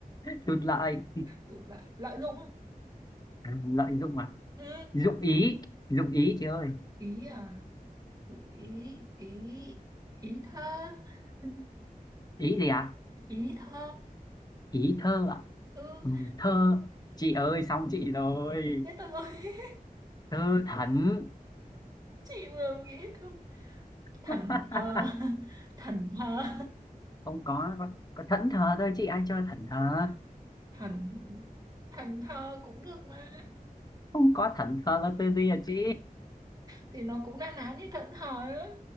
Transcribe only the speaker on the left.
tụt lợi
à, lợi dụng à
dụng ý dụng ý chị ơi
ý gì ạ
ý thơ ạ
Ừ, thơ chị ơi xong chị rồi
thơ thẩn
<laughs>
không có có, có thẫn thờ thôi chị ai chơi thẫn thờ
không có thẫn thờ là từ gì à chị